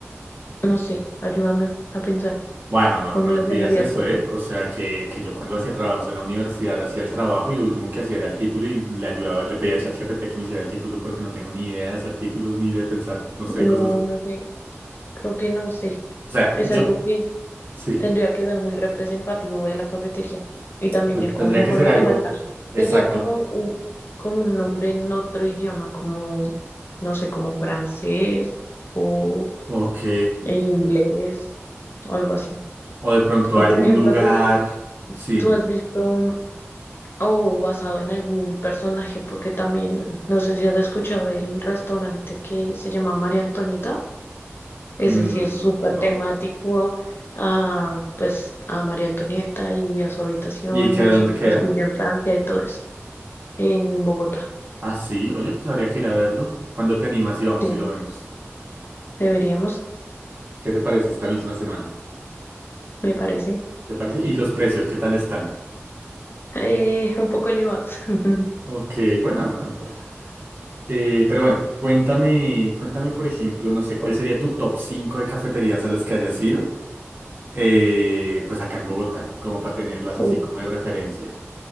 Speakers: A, on the left; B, on the right.
A: No sé, ayúdame a pensar.
B: Bueno, no,
A: ¿Cómo
B: no
A: la
B: me pidas
A: llamarías
B: eso,
A: tú?
B: ¿eh? O sea, que, que yo cuando hacía trabajos en la universidad hacía el trabajo y lo último que hacía era el título y le ayudaba, le pedía a ChatGPT que me hiciera el título porque no tengo ni idea de hacer títulos ni de pensar, no sé,
A: No,
B: cosas así.
A: no sé. Creo que no sé.
B: O sea,
A: Es
B: yo,
A: algo
B: sí,
A: Tendría que ser muy representativo de la cafetería y también
B: pues
A: ir
B: tendría
A: como
B: que
A: con
B: ser
A: la
B: algo
A: temática.
B: exacto.
A: Sería como un, como un nombre en otro idioma, como, no sé, como francés o
B: Ok.
A: en inglés o algo así.
B: O de pronto
A: O
B: algún
A: por ejemplo,
B: lugar.
A: tú,
B: Sí,
A: tú
B: me-
A: has visto o basado en algún personaje, porque también, no sé si has escuchado el restaurante que se llama María Antonieta. Ese
B: mm,
A: sí es súper
B: no.
A: temático a, pues, a María Antonieta y a su habitación
B: ¿Y qué
A: y
B: dónde
A: su
B: queda?
A: castillo en Francia y todo eso, en Bogotá.
B: Ah, sí. Oye, pues habría que ir a verlo. ¿Cuándo te animas y vamos
A: Sí,
B: y lo vemos?
A: deberíamos,
B: ¿Qué te parece esta misma semana?
A: me parece,
B: ¿Te parece? ¿Y los precios, qué tal están?
A: eh, un poco elevados. <laughs>
B: Ok, bueno, no importa. Eh, pero bueno, cuéntame, cuéntame, por ejemplo, no sé, ¿cuál sería tu top 5 de cafeterías a las que hayas ido? Eh, pues acá en Bogotá, como para tenerlas
A: Uf,
B: así como de referencia.